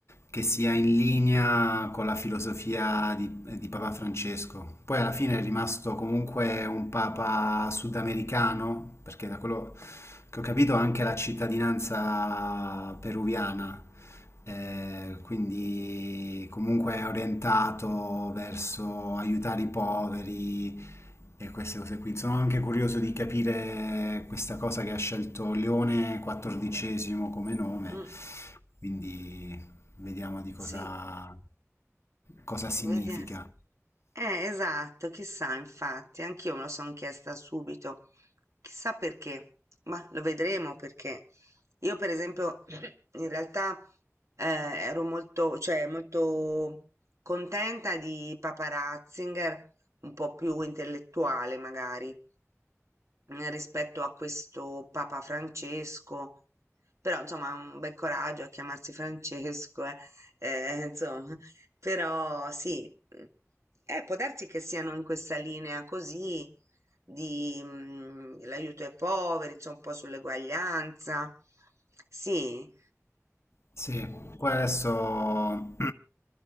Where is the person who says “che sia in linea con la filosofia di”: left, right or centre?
Left